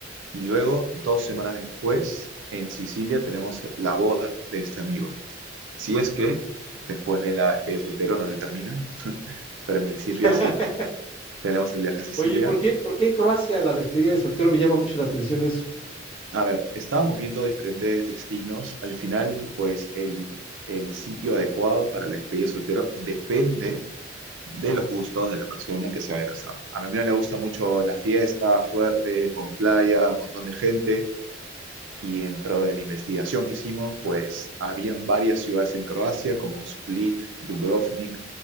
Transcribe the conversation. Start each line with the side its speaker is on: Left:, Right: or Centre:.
Right: Y luego, dos semanas después, en Sicilia tenemos la boda de este amigo. Si es que después de la despedida de soltero no le terminan, pero en principio
Left: <laughs>
Right: sí, tenemos el viaje a Sicilia.
Left: Oye, ¿y por qué, por qué en Croacia la despedida de soltero me llama mucho la atención eso?
Right: A ver, estábamos viendo diferentes destinos. Al final, pues el, el sitio adecuado para la despedida de soltero depende de los gustos de la persona que se vaya a casar. A mi amigo le gusta mucho la fiesta fuerte, con playa, un montón de gente. Y dentro de la investigación que hicimos, pues habían varias ciudades en Croacia como Split, Dubrovnik,